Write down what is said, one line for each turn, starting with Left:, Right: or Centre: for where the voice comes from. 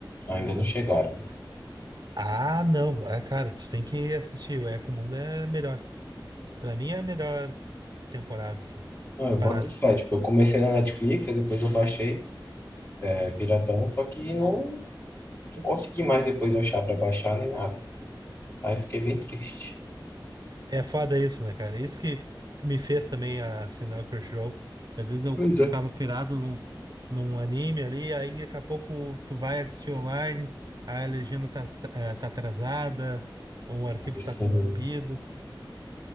Left: ainda não chegaram.
Right: Ah, não, é, cara, tu tem que assistir. O Eco Mundo é melhor. Pra mim é a melhor temporada, assim,
Left: Não,
Right: disparado.
Left: eu boto fé. Tipo, eu comecei na Netflix, aí depois eu baixei, é, Piratão, só que não, não consegui mais depois achar pra baixar nem nada. Aí fiquei bem triste.
Right: É foda isso, né, cara? Isso que me fez também assinar o Crunchyroll. Às vezes eu
Left: Pois
Right: ficava
Left: é.
Right: pirado num, num anime ali, aí daqui a pouco tu vai assistir online, aí a legenda tá, as- eh, tá atrasada, ou o arquivo
Left: Assim,
Right: tá corrompido.
Left: eu